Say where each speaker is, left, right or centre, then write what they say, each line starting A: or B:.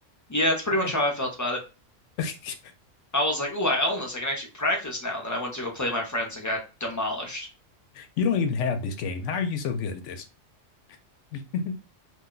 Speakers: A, on the left; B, on the left.
A: Yeah, it's pretty
B: how
A: much
B: they?
A: how I felt about it.
B: <laughs>
A: I was like, "Ooh, I own this. I can actually practice now." Then I went to go play with my friends and got demolished.
B: You don't even have this game. How are you so good at this? <laughs>